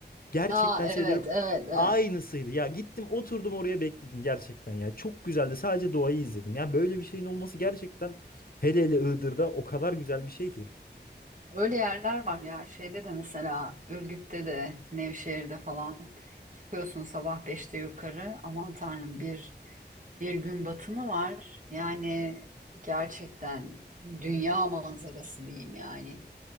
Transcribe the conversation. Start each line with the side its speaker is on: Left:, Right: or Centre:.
Left: Gerçekten
Right: Aa evet
Left: söylerim
Right: evet evet.
Left: aynısıydı. Ya gittim oturdum oraya bekledim gerçekten ya. Çok güzeldi. Sadece doğayı izledim. Ya böyle bir şeyin olması gerçekten hele hele Iğdır'da o kadar güzel bir şey ki.
Right: Öyle yerler var ya şeyde de mesela Ürgüp'te de Nevşehir'de falan çıkıyorsun sabah beşte yukarı aman tanrım bir bir gün batımı var. Yani gerçekten dünya manzarası diyeyim yani.